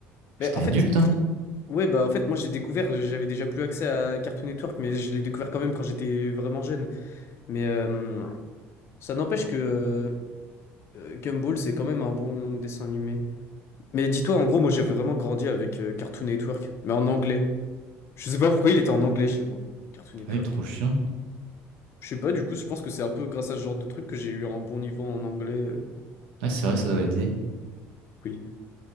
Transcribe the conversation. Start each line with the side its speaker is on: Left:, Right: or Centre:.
Right: J'étais
Left: Mais en
Right: adulte,
Left: fait,
Right: hein.
Left: ouais, bah en fait, moi j'ai découvert, j'avais déjà plus accès à Cartoon Network, mais je l'ai découvert quand même quand j'étais vraiment jeune. Mais, euh, Ça n'empêche que euh, Gumball, c'est quand même un bon dessin animé. Mais dis-toi, en gros, moi j'avais vraiment grandi avec euh, Cartoon Network, mais en anglais. Je sais pas pourquoi il était en anglais chez moi, Cartoon Network.
Right: Ah oui, trop chiant.
Left: Je sais pas, du coup, je pense que c'est un peu grâce à ce genre de truc que j'ai eu un bon niveau en anglais. euh,
Right: Ouais, c'est vrai, ça doit aider.
Left: Oui,